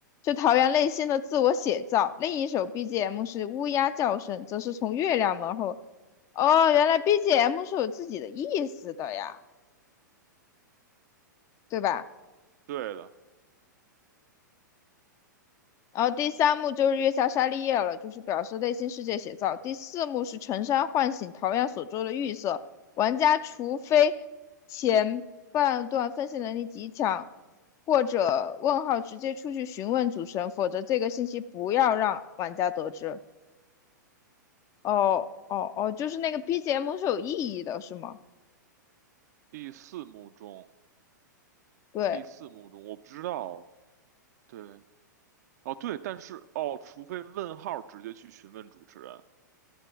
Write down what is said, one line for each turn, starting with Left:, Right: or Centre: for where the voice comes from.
Left: 是桃园内心的自我写照，另一首 BGM 是乌鸦叫声，则是从月亮门后。哦，原来 BGM 是有自己的意思的呀，对吧？
Right: 对的。
Left: 然后第三幕就是月下沙利叶了，就是表示内心世界写照。第四幕是陈山唤醒桃矢所做的预设，玩家除非前半段分析能力极强，或者问号直接出去询问主神，否则这个信息不要让玩家得知。哦哦哦，就是那个 BGM 是有意义的，是吗？
Right: 第四幕中，
Left: 对
Right: 第四幕中，我不知道。对，哦，对，但是哦，除非问号直接去询问主持人，